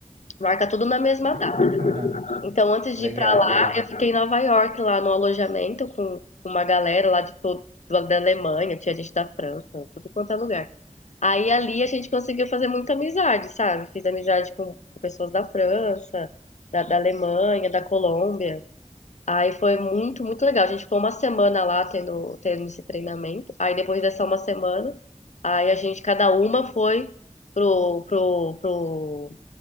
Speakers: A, on the left (about 65°); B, on the right (about 75°).
A: Marca tudo na mesma
B: Ai,
A: data.
B: que bacana.
A: Então, antes
B: Legal,
A: de ir pra lá,
B: legal.
A: eu fiquei em Nova York, lá no alojamento, com, com uma galera lá de todo, da Alemanha, tinha gente da França, tudo quanto é lugar. Aí ali a gente conseguiu fazer muita amizade, sabe? Fiz amizade com, com pessoas da França, da, da Alemanha, da Colômbia. Aí foi muito, muito legal. A gente ficou uma semana lá tendo, tendo esse treinamento. Aí depois dessa uma semana, aí a gente, cada uma foi pro, pro, pro,